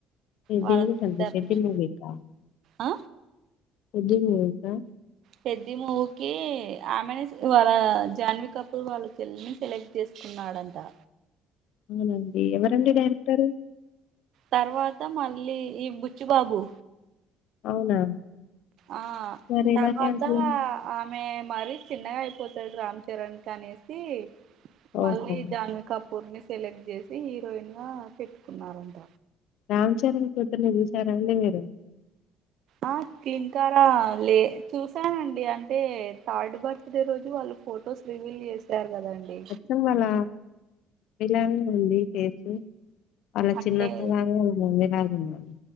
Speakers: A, on the left (about 70°); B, on the right (about 60°).
A: ఏ
B: వాళ్ళ
A: దేనికండి
B: సిస్టర్ని
A: పెద్ది మూవీకా
B: ఆ
A: పెద్ది మూవీ కా
B: పెద్ది మూవీకి ఆమెనే వాళ్ల జాహన్వీ కపూర్ వాళ్ల చెల్లిని సెలెక్ట్ చేసుకున్నాడంటా
A: అవునాండి ఎవరండీ డైరెక్టరూ
B: తర్వాత మళ్లీ ఈ బుచ్చిబాబు
A: అవునా
B: ఆ
A: మరెలా
B: తర్వాత
A: క్యాన్సెలయింది?
B: ఆమె మరీ చిన్నగా అయిపోతాది రామ్ చరణ్ కి అనేసి
A: ఓహో!
B: మళ్లీ జాన్వి కపూర్ ని సె సెలెక్ట్ జేసి హీరోయిన్ గా పెట్టుకున్నారంట
A: రామ్ చరణ్ కూతుర్ని జూశారా అండి మీరు
B: ఆ క్లీన్కారా లే చూసానండి అంటే థర్డ్ బర్త్డే రోజూ వాళ్లు ఫొటోస్ రివీల్ జేసారు గాదండి
A: అచ్చం వాళ్ల విరిలాగానే ఉంది ఫేస్ వాళ్ల
B: అంటే
A: చిన్నత్త లాగా వాళ్ల మమ్మీలాగా ఉన్నది